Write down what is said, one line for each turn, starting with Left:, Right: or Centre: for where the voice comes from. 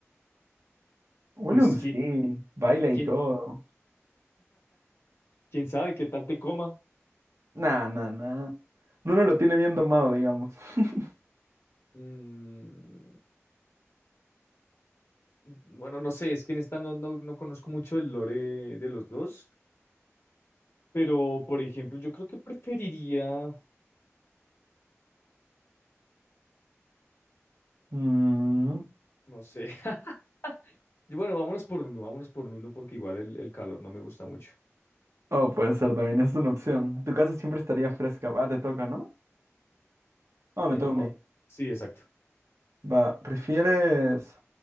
Right: Willow
Left: Pues
Right: sí,
Left: quién,
Right: baila y
Left: quién,
Right: todo.
Left: quién sabe qué tal te coma.
Right: Nah, nah, nah. Uno lo tiene bien tomado, digamos. <laughs>
Left: Mm, Bueno, no sé, es que en esta no, no, no conozco mucho el lore de los dos, pero por ejemplo, yo creo que preferiría,
Right: Mm.
Left: no sé. <laughs> Yo, Bueno, vámonos por Nuno, vámonos por Nuno porque igual el, el calor no me gusta mucho.
Right: Oh, puede ser también, es una opción. Tu casa siempre estaría fresca. Va, te toca, ¿no? Ah, me
Left: Eh,
Right: toca
Left: no,
Right: a mí.
Left: sí, exacto.
Right: Va, ¿prefieres